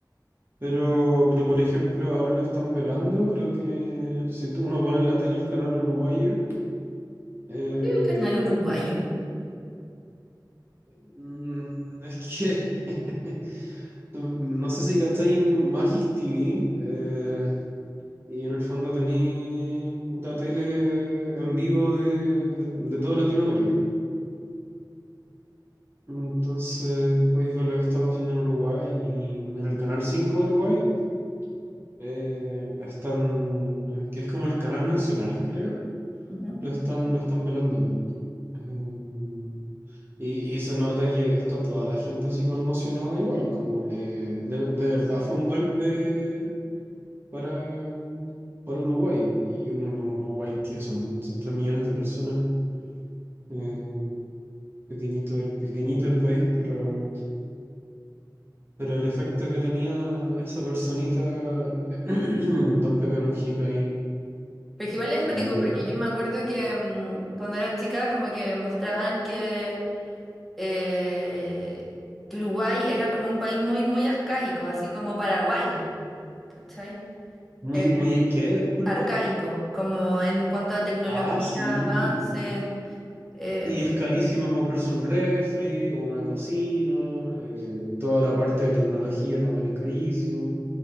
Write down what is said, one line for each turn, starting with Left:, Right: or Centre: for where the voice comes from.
Right: Pero, pero por ejemplo, ahora lo están velando, creo que si tú- uno pone en la tele el canal uruguayo, eh,
Centre: ¿Cuál es el canal uruguayo?
Right: Mm, Es que <laughs> no no sé si cacháis Magis TV eh, y en el fondo tenéis puta tele en vivo de, de, de toda Latinoamérica. Entonces podéis ver lo que está pasando en Uruguay y en el canal 5 de Uruguay eh, están, que es como el canal nacional, creo,
Centre: Ujú, ujú.
Right: lo están, lo están velando. Eh, Y, y se nota que está toda la gente así conmocionada igual, como eh, de, de verdad fue un golpe para, para Uruguay. Y un Uruguay que son, son 3 millones de personas. eh, pequeñito el, pequeñito el país, pero, pero el efecto que tenía esa personita, <clears throat> Don Pepe Mujica ahí,
Centre: Porque igual es cuático,
Right: era muy
Centre: porque
Right: bacán.
Centre: yo me acuerdo que mm, cuando era chica como que mostraban que eh, que Uruguay era como un país muy, muy arcaico, así como Paraguay, ¿cachai?
Right: Muy,
Centre: Eh,
Right: muy ¿qué? Disculpa.
Centre: arcaico, como en cuanto a tecnología,
Right: Ah, sí.
Centre: avances, eh,
Right: Y es carísimo comprarse un refri o una cocina, eh, toda la parte de tecnología también es carísimo.